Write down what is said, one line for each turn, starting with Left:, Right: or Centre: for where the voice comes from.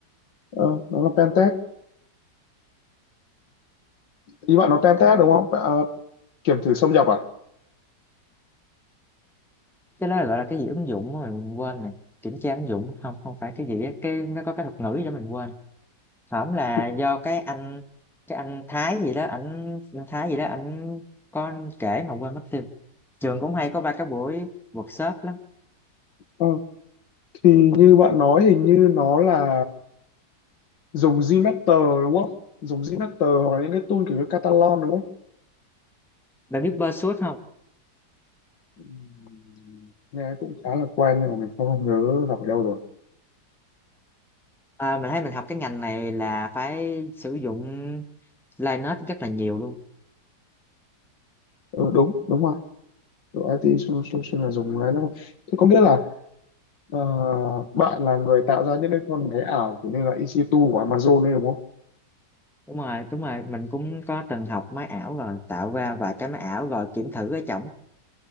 Left: Ờ, nó làm tem test ý bạn nó tem test
Centre: á
Left: đúng không à, kiểm thử xâm nhập à
Centre: cái đó là gọi là cái gì ứng dụng mà mình quên nè kiểm tra ứng dụng không không phải cái gì á cái nó có cái thuật ngữ gì đó mình quên hổm là
Left: thì,
Centre: do cái anh cái anh Thái gì đó ảnh anh Thái gì đó ảnh có kể mà quên mất tiêu trường cũng hay có ba cái buổi workshop lắm
Left: ờ, thì như bạn nói hình như nó là dùng Gmeter đúng không dùng Gmeter hoặc là những cái tool kiểu như Catalan đúng không
Centre: bạn biết Pursuit không
Left: Ừm, nghe cũng khá là quen nhưng mà mình không, không nhớ gặp ở đâu rồi
Centre: à, mình thấy mình học cái ngành này là phải sử dụng Linux rất là nhiều luôn
Left: ừ, đúng đúng rồi Độ IT solution là dùng cái đó thế có nghĩa là ờ, bạn là người tạo ra những cái con máy ảo kiểu như là EC2 của Amazon đấy đúng
Centre: đúng rồi đúng rồi mình cũng có từng học máy ảo rồi tạo ra vài cái máy ảo rồi kiểm thử ở trỏng